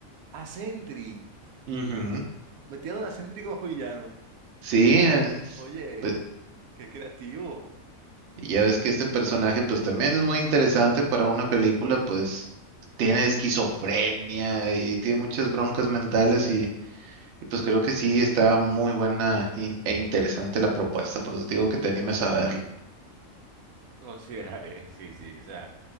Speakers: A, on the right (about 85°); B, on the right (about 60°).
A: A Sentry.
B: Ujú.
A: Metieron a Sentry como <laughs> villano.
B: Sí, es-
A: Oye,
B: pues
A: qué creativo.
B: ya ves que este personaje pues también es muy interesante para una película, pues tiene esquizofrenia y tiene muchas broncas mentales y, y, pues creo que sí está muy buena y- e interesante la propuesta, por eso te digo que te animes a verla.
A: Consideraré, <laughs> sí, sí, o sea,